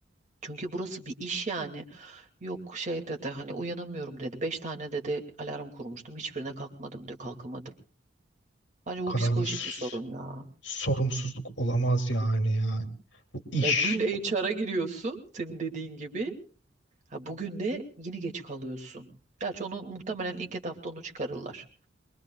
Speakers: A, on the right; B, on the left.
A: Çünkü burası bir iş yani. Yok şey dedi hani uyanamıyorum dedi. Beş tane dedi alarm kurmuştum. Hiçbirine kalkmadım diyor kalkamadım. Bence bu
B: Bu kadar
A: psikolojik
B: da s-
A: bir sorun ya.
B: sorumsuzluk olamaz yani yani. Bu iş.
A: Ya dün HR'a giriyorsun senin dediğin gibi. Ha bugün de yine geç kalıyorsun. Gerçi onu muhtemelen ilk etapta onu çıkarırlar.